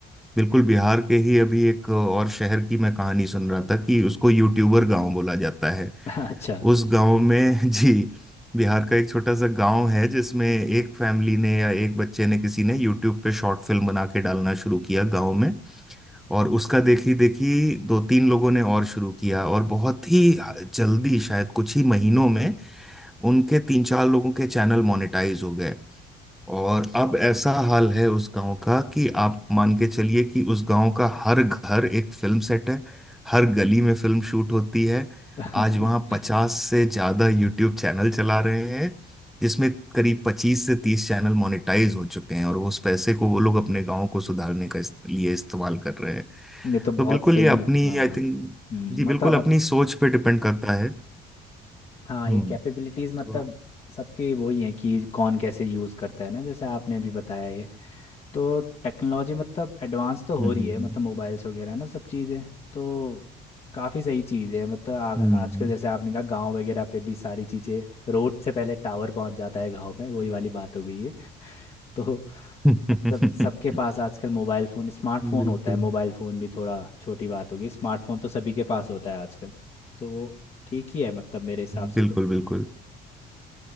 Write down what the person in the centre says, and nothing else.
बिल्कुल बिहार के ही अभी एक और शहर की मैं कहानी सुन रहा था कि उसको यूट्यूबर गांव बोला जाता है
उस गांव में <laughs> जी बिहार का एक छोटा सा गांव है जिसमें एक फैमिली ने या एक बच्चे ने किसी ने यूट्यूब पे शॉर्ट फिल्म बना के डालना शुरू किया गांव में और उसका देखी देखी दो तीन लोगों ने और शुरू किया और बहुत ही जल्दी शायद कुछ ही महीनों में उनके तीन चार लोगों के चैनल मोनेटाइज हो गए और अब ऐसा हाल है उस गांव का कि आप मान के चलिए कि उस गांव का हर घर एक फिल्म सेट है हर गली में फिल्म शूट होती है
आज वहां पचास से ज्यादा यूट्यूब चैनल चला रहे हैं जिसमें करीब पच्चीस से तीस चैनल मोनेटाइज हो चुके हैं और उस पैसे को वो लोग अपने गांव को सुधारने का इस, लिए इस्तेमाल कर रहे हैं
तो बिल्कुल
ये अपनी
आई थिंक
जी बिल्कुल
अपनी सोच पे डिपेंड करता है
हम्म
तो-
हम्म
हम्म
हम्म
हम्म,
<laughs>
बिल्कुल
बिल्कुल
बिल्कुल